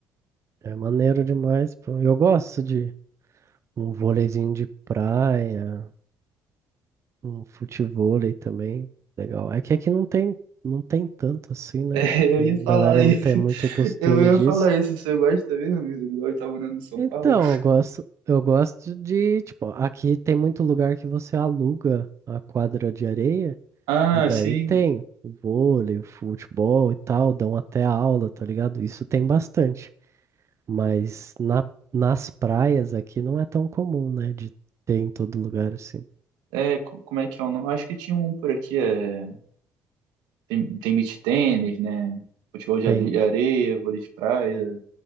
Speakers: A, on the right; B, on the right.
A: é maneiro demais, pô. Eu gosto de um vôleizinho de praia, um futevôlei também. Legal. É que aqui não tem, não tem tanto assim, né?
B: É, eu
A: Hum,
B: ia falar
A: Galera
B: isso.
A: não tem
B: <laughs>
A: muito costume
B: Eu ia
A: disso.
B: falar isso. Você gosta mesmo? Igual eu tava morando em São
A: Então,
B: Paulo.
A: eu gosto, eu gosto de, tipo, aqui tem muito lugar que você aluga a quadra de areia.
B: Ah,
A: E daí
B: sim.
A: tem o vôlei, o futebol e tal, dão até aula, tá ligado? Isso tem bastante. Mas na, nas praias aqui não é tão comum, né? De ter em todo lugar assim.
B: É, co- como é que é o nome? Acho que tinha um por aqui. É... Tem, tem beach tênis, né? Futebol de
A: Tem.
B: ale- areia, vôlei de praia.